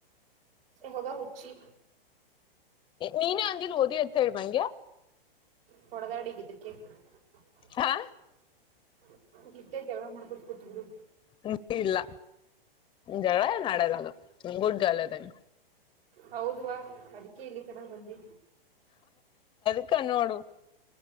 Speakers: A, on the right (about 70°); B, on the left (about 15°).
A: ಯೋಗ ಉಚಿ
B: ನೀನೇ ಅಂದಿಲ್ <unintelligible>
A: ಹೊಡೆದಾಡಿಗ <unintelligible>
B: ಹಾ
A: ನಿತ್ಯೆ ಜಗ್ಳ ಮಾಡ್ಕೋತು <unintelligible>
B: <unintelligible> ಇಲ್ಲ ಜಗ್ಳಯೇನ್ ಆಡಲ ನಾನ್ ಗುಡ್ ಗರ್ಲ್ ಅದೀನಿ.
A: ಹೌದುವ ಅದಿ ಕೆ ಇಲ್ಲಿ ತನ ಬಂದಿ
B: ಕ್ಕ ನೋಡು